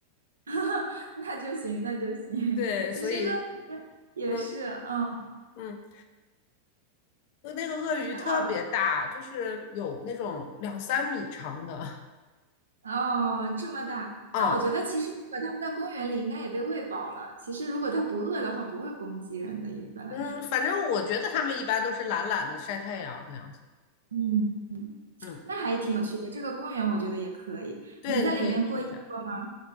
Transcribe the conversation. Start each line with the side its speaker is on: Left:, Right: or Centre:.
Right: <laughs> 那就行，那就行。
Left: <laughs>
Right: <laughs>
Left: 对，
Right: 其实鳄鱼也是，
Left: 所以嗯
Right: 嗯，
Left: 嗯，那那个鳄鱼特别大，
Right: 挺好的。
Left: 就是有那种两三米长的
Right: 哦，这么大，
Left: <laughs>
Right: 那我觉得其实如果他们在公园里应该也被喂饱了。
Left: 啊，
Right: 其实如果它不饿的话，不会攻击人的，一般来说。
Left: 嗯，反正我觉得他们一般都是懒懒的晒太阳那样子。
Right: 嗯，
Left: 嗯，
Right: 那还挺有趣的。这个公园我觉得也可以。
Left: 对，
Right: 你在里面过夜过吗？
Left: 你可以去一下。